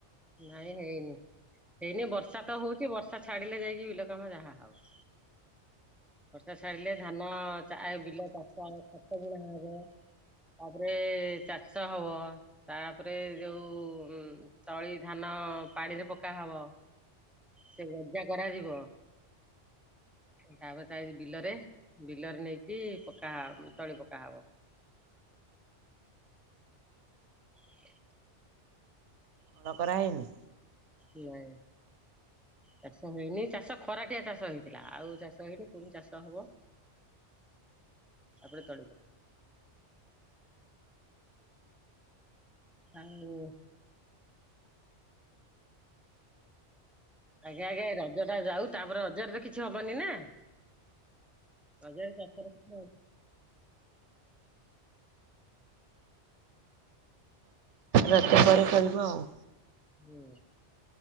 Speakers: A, in the centre; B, on the right.
A: ନାଇଁ ହେଇନି। ହେଇନି, ବର୍ଷା ତ ହଉଚି, ବର୍ଷା ଛାଡିଲେ ଯାଇକି ବିଲ କାମ ଯାହା ହବ। ବର୍ଷା ଛାଡ଼ିଲେ, ଧାନ ଚା, ଏ ବିଲ ଚାଷ ଖତ ବୁଣା ହବ। ତାପରେ ଚାଷ ହବ, ତାପରେ ଯୋଉ ଉଁ ତଳି ଧାନ, ପାଣିରେ ପକାହବ। ସେ ଗଜା କରାଯିବ। ତାପରେ ତା ଏ, ବିଲରେ, ବିଲରେ ନେଇକି ପକା ହ ତଳି ପକା ହବ। <unintelligible>
B: ହଳ କରାହେଇନି?
A: ନାଇଁ। ଚାଷ ହେଇନି। ଚାଷ ଖରାଟିଆ ଚାଷ ହେଇଥିଲା, ଆଉ ଚାଷ ହେଇନି, ପୁଣି ଚାଷ ହବ। ତାପରେ ତଳି ପକା। ଆଉ। ଆଜ୍ଞା ଆଜ୍ଞା ଏଇ ରଜ ଟା ଯାଉ ତାପରେ ରଜରେ ତ କିଛି ହବନି ନା? ରଜରେ ସତରେ କିଛି ହବନି।
B: ରଜ ପରେ କରିବ ଆଉ।
A: ହୁଁ